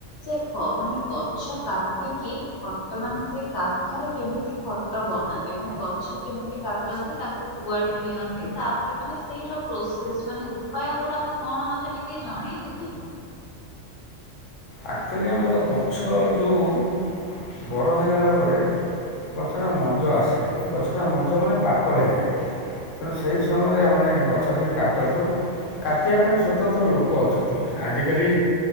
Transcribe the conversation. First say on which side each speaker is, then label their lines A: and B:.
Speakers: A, on the left (about 30°); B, on the left (about 85°).
A: ସେ ମାନେ ଗଛ କାଟିକି ଖଟ ମାନେ ସେଇ କାଠରେ କେମିତି ଖଟ ବନାନ୍ତି ମାନେ ଗଛ କେମିତି କାଟନ୍ତି ତାଙ୍କୁ କୁଆଡେ ନିଅନ୍ତି, ତାପରେ ମାନେ ସେଇର ପ୍ରୋସେସ ମାନେ ଉପାୟ ଗୁଡାକ କଣ ମତେ ଟି କେ ଜଣେଇବେ କି?
B: ଆକ୍ଚୁଆଲି ଆମର ଗଛ ଯୋଉ ବଡ଼ ହେଇଗଲା ପରେ ଗଛଟା ମଞ୍ ଆସେ, ଗଛଟା ମଞ୍ଜ ମାନେ ପାକଳ ହେଇଯାଏ। ତେଣୁ ସେହି ସମୟରେ ଆମେ ଗଛଟି କାଟନ୍ତୁ। କାଟିବା ପାଇଁ ସ୍ୱତନ୍ତ୍ର ଲୋକ ଅଛନ୍ତି, ଆଜିକାଲି